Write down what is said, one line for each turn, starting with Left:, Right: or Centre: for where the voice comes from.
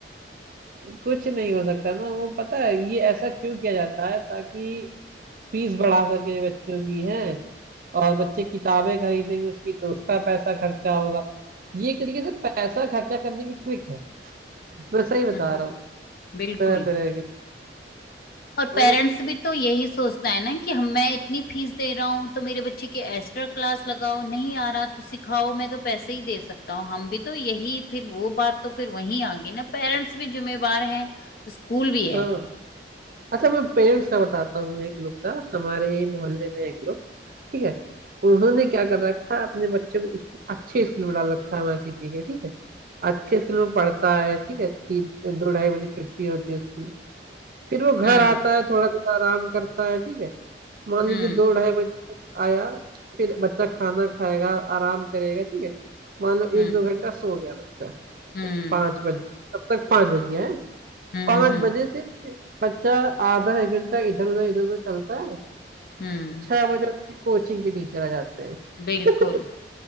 Right: कुछ नहीं हो सकता ना वो पता है ये ऐसा क्यों किया जाता है ताकि फीस बढ़ा सके बच्चों की है और बच्चे किताबें खरीदेंगे उसकी तो उसका पैसा खर्चा होगा ये एक तरीके से पैसा खर्चा करने की ट्रिक है मैं सही बता
Left: हम्म
Right: रहा हूँ
Left: बिल्कुल
Right: तरह तरह के
Left: और
Right: और
Left: पेरेंट्स भी तो यही सोचता है ना कि हम मैं इतनी फीस दे रहा हूँ तो मेरे बच्चे की एक्स्ट्रा क्लास लगाओ नहीं आ रहा तो सिखाओ मैं तो पैसे ही दे सकता हूँ हम भी तो यही फिर वो बात तो फिर वहीं आ गई ना पेरेंट्स भी जिम्मेवार है स्कूल भी है
Right: हाँ अच्छा मैं पेरेंट्स का बताता हूँ एक लोग का हमारे यही मोहल्ले में एक लोग ठीक है उन्होंने क्या कर रखा है अपने बच्चे को स्कू- अच्छे स्कूल में डाल रखा है हमारे सिटी के ठीक है अच्छे स्कूल में पढ़ता है ठीक है तीन दो ढाई बजे छुट्टी होती है उसकी फिर वो घर
Left: हम्म
Right: आता है थोड़ा देर आराम करता है ठीक है मान
Left: हम्म
Right: लीजिए दो ढाई बजे तक आया फिर बच्चा खाना खाएगा आराम करेगा ठीक है मान लो
Left: हम्म
Right: एक दो घंटा सो गया बच्चा
Left: हम्म
Right: पाँच बज गए तब तक पाँच बज गया है
Left: हम्म
Right: पाँच
Left: हम्म
Right: बजे से बच्चा आधा एक घंटा इधर उधर इधर उधर चलता है
Left: हम्म,
Right: छह बजे उनकी कोचिंग के टीचर आ जाते हैं
Left: बिल्कुल
Right: <laughs>